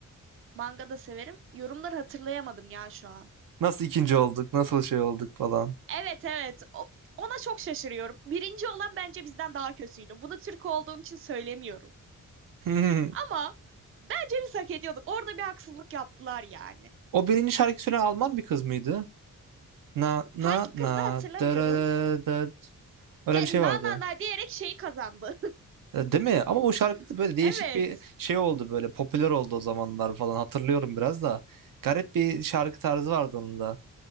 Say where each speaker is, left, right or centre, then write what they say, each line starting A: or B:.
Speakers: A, on the right (about 40°); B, on the right (about 75°).
A: Manga da severim. Yorumları hatırlayamadım ya şu an.
B: Nasıl ikinci olduk? Nasıl şey olduk falan.
A: Evet evet. O- ona çok şaşırıyorum. Birinci olan bence bizden daha kötüydü. Bunu Türk olduğum için söylemiyorum.
B: Hmm.
A: Ama bence biz hak ediyorduk. Orada bir haksızlık yaptılar yani.
B: O birinci şarkı söyleyen Alman bir kız mıydı? Na na
A: Hangi
B: na
A: kızdı hatırlamıyorum.
B: da da da da. Öyle
A: Yani
B: bir şey vardı.
A: na na na diyerek şeyi kazandı.
B: E, Değil mi? Ama o şarkıda
A: <laughs>
B: böyle değişik
A: Evet.
B: bir şey oldu böyle. Popüler oldu o zamanlar falan. Hatırlıyorum biraz da. Garip bir şarkı tarzı vardı onun da.